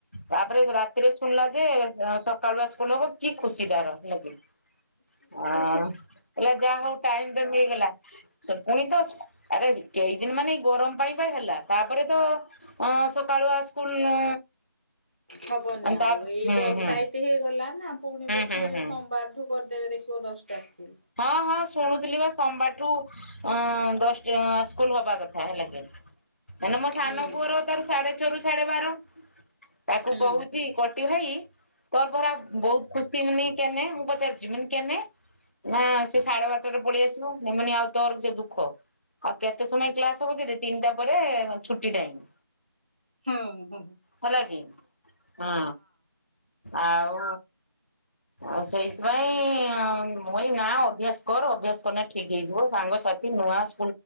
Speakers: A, on the left (about 35°); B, on the right (about 30°).
A: ତାପରେ ରାତିରେ ଶୁଣିଲା ଯେ ସକାଳୁଆ ସ୍କୁଲ ହବ କି ଖୁସି ତାର ହେଲା କି ଆଁ କହିଲା ଯାହା ହଉ ଟାଇମ ମିଳିଗଲା ସେ ପୁଣି ତ ସ୍କୁ ଆରେ କେଇଦିନ ମାନେ ଏଇ ଗରମ ପାଇଁ ବା ହେଲା ତାପରେ ତ ଅ ସକାଳୁଆ ସ୍କୁଲ
B: ହବନି ଆଉ
A: ତା ହୁଁ
B: ଏଇ
A: ହୁଁ
B: ବର୍ଷା
A: ହୁଁ
B: ଏଇତି ହେଇଗଲା ନା ପୁଣି ବୋଧେ
A: ହୁଁ ହୁଁ
B: ସୋମବାରଠୁ ଦେବେ ଦେଖିବ ଦଶଟା ସ୍କୁଲ।
A: ହଁ ହଁ ଶୁଣୁଥିଲି ବା ସୋମବାରଠୁ ଅ ଦଶଟ ସ୍କୁଲ ହବା କଥା ହେଲା କି? ମାନେ ମୋ ସାନ
B: ହୁଁ
A: ପୁଅର ତାର ସାଢେ ଛଅରୁ ଛଢ଼େ ବାର ତାକୁ
B: ହୁଁ।
A: କହୁଛି କଟି ଭାଇ ତୋର ପରା ବହୁତ ଖୁସି ମନି କେନେ ମୁଁ ପଚାରୁଚି କେନେ ନା ସେ ସାଢେ ବାରଟାରେ ପଳେଇ ଆସିବ ନେମ ଆଉ ତମର ସେ ଦୁଃଖ ଆଉ କେତେ ସମୟ କ୍ଲାସ ହବ ଯେଠ ତିନିଟା ପରେ ଛୁଟି ଟାଇମ୍।
B: ହଁ ହଁ।
A: ହେଲା କି? ହଁ ଆଉ ହଁ ସେଇଥିପାଇଁ ମୁଇ ନା ଅଭ୍ୟାସ କର ଅଭ୍ୟାସ କରଲେ ଠିକ୍ ହେଇଯିବ ସାଙ୍ଗସାଥି ନୂଆସ